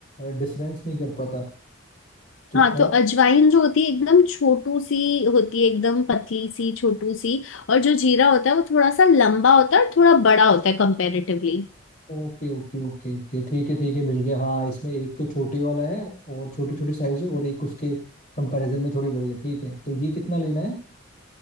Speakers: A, on the left; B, on the left.
A: डिफरेंस नहीं कर पाता तो
B: हाँ
A: कौन
B: तो अजवाइन जो होती है एकदम छोटू सी होती है एकदम पतली सी छोटू सी और जो जीरा होता है वो थोड़ा सा लंबा होता है और थोड़ा बड़ा होता है कंपेरेटिवली
A: ओके ओके ओके ओके ठीक है ठीक है मिल गया हाँ इसमें एक तो छोटे वाला है और छोटी छोटी साइज है और एक उसके कंपैरिजन में थोड़ी बड़ी है ठीक है तो ये कितना लेना है